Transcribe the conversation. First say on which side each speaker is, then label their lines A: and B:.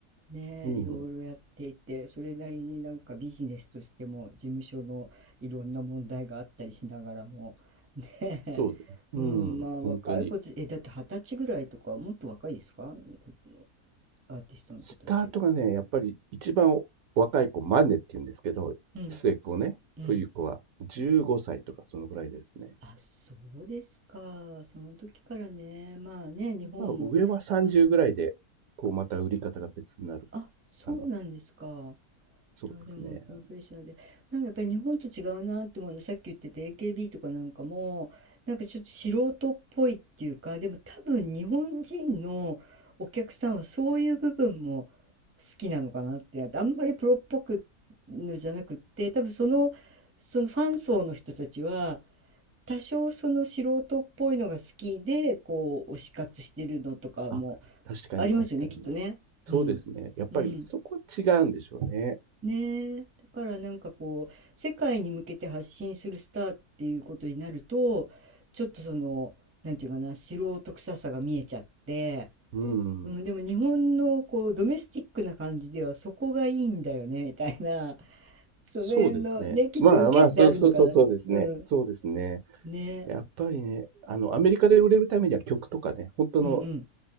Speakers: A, on the right; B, on the right.
A: ねえいろいろやっていてそれなりになんかビジネスとしても事務所のいろんな問題があったりしながらもねえ、
B: うん、そうですね。
A: うんまあ若い子たちえだって二十歳ぐらいとかもっと若いですかこ
B: うん、本当に。
A: アーティストの子たち。
B: スタートがね、やっぱり一番若い子、マネって言うんですけど、
A: うん
B: 末っ子ね、
A: うん
B: そういう子は15歳とかそのぐらいですね。
A: あ、そうですか。その時からね、まあね、日本もアイ
B: まあ、上は30ぐらいで、こう、また売り方が別になる。
A: あ、そうなんですか。
B: あの、そうですね。
A: いや、でもプロフェッショナルで、なんかやっぱり日本と違うなって思うの、さっき言ってた AKB とかなんかも、なんかちょっと素人っぽいっていうか、でも多分日本人のお客さんはそういう部分も好きなのかなって、あんまりプロっぽくのじゃなくって、多分その、そのファン層の人たちは、多少その素人っぽいのが好きで、こう、推し活してるのとかも
B: あ、確かに確かに。
A: ありますよね、きっとね。
B: そうですね。
A: うん。
B: やっぱりそこは違うんでしょうね。
A: うん。ねえ、だからなんかこう世界に向けて発信するスターっていうことになるとちょっとそのなんていうかな素人臭さが見えちゃって、
B: うん。
A: うん、でも日本のこうドメスティックな感じではそこがいいんだよねみたいな <laughs> その辺のねきっと受けってあるのかなうん
B: そうですね。まあまあ、そうそうそうそうですね。そうですね。
A: ねえ
B: やっぱりね、あの、アメリカで売れるためには曲とかね、本当の
A: うんうん